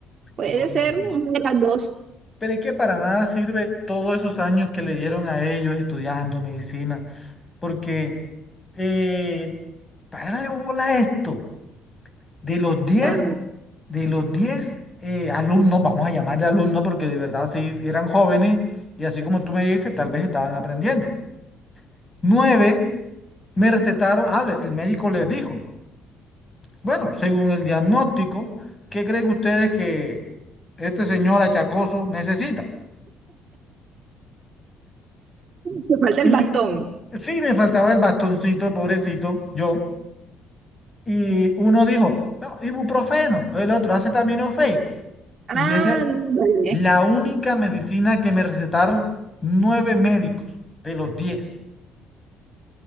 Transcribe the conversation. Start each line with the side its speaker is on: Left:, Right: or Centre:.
Right: Puede
Left: No, no,
Right: ser
Left: no.
Right: una de las dos.
Left: Pero es que para nada sirve todos esos años que le dieron a ellos estudiando medicina. porque eh, pararle bola a esto, de los diez,
Right: Ah,
Left: de los 10 eh, alumnos, vamos a llamarle alumnos porque de verdad sí eran jóvenes y así como tú me dices, tal vez estaban aprendiendo. Nueve me recetaron, ah, le- el médico les dijo, bueno, según el diagnóstico, ¿qué creen ustedes que este señor achacoso necesita?
Right: te falta
Left: Y
Right: el bastón.
Left: sí, me faltaba el bastoncito, pobrecito, yo Y uno dijo, "No, ibuprofeno, el otro acetaminofén.
Right: Ándale,
Left: Y esa es la única medicina que me recetaron nueve médicos de los diez.